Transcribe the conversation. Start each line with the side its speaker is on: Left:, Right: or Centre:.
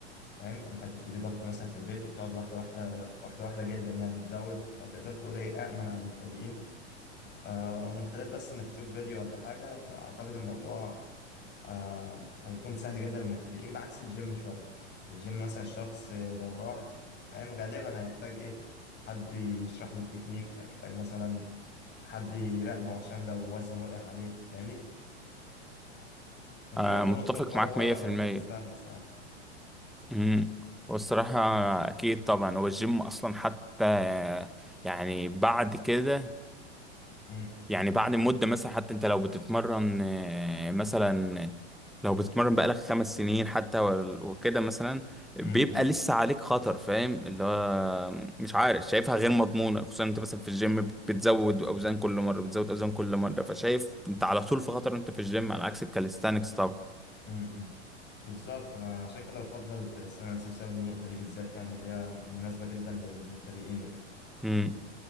Left: فاهم انت هتبتدي ضغط مثلا في البيت وبتقعد واحدة واحدة واحدة واحدة جدا يعني تزود فتقدر تقول هي أأمن على المبتدئين آه ومن خلال بس انك تشوف فيديو ولا حاجة اعتقد الموضوع آه هيكون سهل جدا للمبتدئين بعكس الجيم شوية الجيم مثلا الشخص آه، لو راح فاهم غالبا هيحتاج ايه حد يشرح له التكنيك هيحتاج مثلا حد يراقبه عشان لو وزن وقع عليه فاهمني فدي
Centre: آه
Left: برضو
Centre: متفق
Left: نقطة قوة
Centre: معاك 100%
Left: للكاليستانكس يعني
Centre: امم والصراحة أكيد طبعا هو الجيم أصلا حتى يعني بعد كده
Left: مم.
Centre: يعني بعد مدة مثلا حتى أنت لو بتتمرن آه، مثلا لو بتتمرن بقالك خمس سنين حتى وال- وكده مثلا بيبقى
Left: مم. مم.
Centre: لسه عليك خطر فاهم اللي هو مش عارف شايفها غير مضمونة خصوصا أنت مثلا في الجيم بتزود أوزان كل مرة بتزود أوزان كل مرة فشايف أنت على طول في خطر أنت في الجيم على عكس الكاليستانكس
Left: مم. مم. بالظبط انا عشان كده بفضل الكاليستانكس بسبب النقطة دي بالذات يعني اللي هي مناسبة جدا للمبتدئين وكده
Centre: طبعا